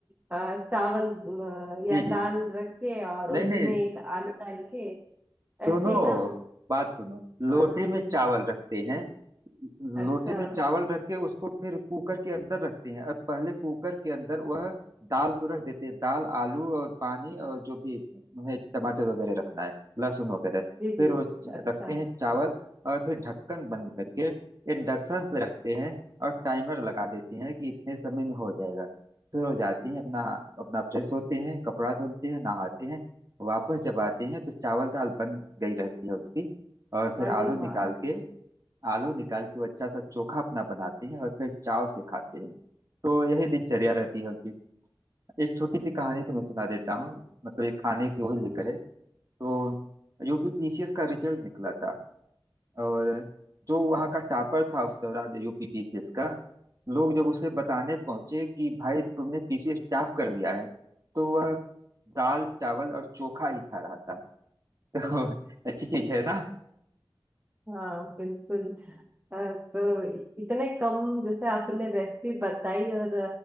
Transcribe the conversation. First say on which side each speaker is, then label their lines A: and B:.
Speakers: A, on the right; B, on the right.
A: अ, चावल अ,
B: जी
A: या
B: जी
A: दाल
B: हाँ।
A: रख के और
B: नहीं
A: उसी
B: नहीं
A: में एक आलू डाल के
B: सुनो
A: ऐसे ही ना
B: बात सुनो लोटे
A: हाँ
B: में चावल रखते हैं
A: अच्छा
B: लोटे में चावल रख के उसको फिर कुकर के अंदर रखते हैं और पहले कुकर के अंदर वह दाल को रख देते हैं दाल आलू और पानी और जो भी उन्हें टमाटर वगैरह रखना है लहसुन वगैरह
A: जी
B: फिर
A: जी
B: वो च-
A: अच्छा
B: रखते हैं चावल और फिर ढक्कन बंद करके इंडक्शन पे रखते हैं और टाइमर लगा देते हैं कि इतने समय में हो जाएगा फिर हो जाती हैं अपना अपना फ्रेश होते हैं कपड़ा धुलते हैं नहाते हैं वापस जब आते हैं तो चावल दाल बन गई रहती है उनकी और फिर
A: अरे
B: आलू
A: वाह
B: निकाल के आलू निकाल के वो अच्छा सा चोखा अपना बनाते हैं और फिर चाव से खाते हैं तो यही दिनचर्या रहती है उनकी एक छोटी सी कहानी तुम्हें सुना देता हूँ मतलब ये खाने की वही लेकर है तो यूपीपीसीएस का रिजल्ट निकला था और जो वहाँ का टॉपर था उस दौरान यूपीपीसीएस का लोग जब उसे बताने पहुंचे कि भाई तुमने पीसीएस टॉप कर लिया है तो वह दाल चावल और चोखा ही खा रहा था तो <laughs> अच्छी चीज है ना
A: हाँ बिल्कुल अ, तो इतने कम जैसे आपने रेसिपी बताई और